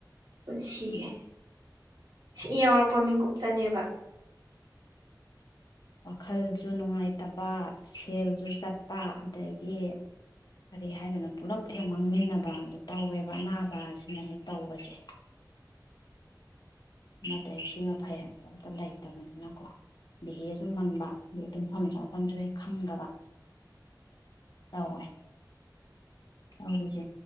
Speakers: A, on the right (about 85°); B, on the left (about 70°).
A: ꯄꯨꯟꯁꯤꯁꯦ
B: ꯎꯝ
A: ꯁꯤ ꯌꯥꯎꯔꯛꯄ ꯃꯤꯀꯨꯞꯇꯅꯦꯕ
B: ꯋꯥꯈꯜꯁꯨ ꯅꯨꯡꯉꯥꯏꯇꯕ ꯁꯦꯜꯁꯨ ꯆꯠꯄ ꯑꯗꯒꯤ ꯀꯔꯤ ꯍꯥꯏꯗꯅ ꯄꯨꯂꯞ ꯍꯦꯛ ꯃꯥꯡꯃꯤꯟꯅꯕ ꯑꯗꯨ ꯇꯧꯋꯦꯕ ꯑꯅꯥꯕ ꯑꯁꯤꯅ ꯍꯦꯛ ꯇꯧꯕꯁꯦ ꯑꯠꯇꯦ ꯁꯤꯅ ꯐꯩ ꯑꯣ ꯑꯝꯇ ꯂꯩꯇꯕꯅꯤꯅꯀꯣ ꯑꯗꯩ ꯍꯦꯁꯨ ꯃꯟꯕ ꯑꯗꯩ ꯇꯨꯝꯐꯝ ꯆꯥꯐꯝꯁꯨ ꯍꯦꯛ ꯈꯪꯗꯕ ꯇꯧꯋꯦ ꯇꯧꯔꯤꯁꯦ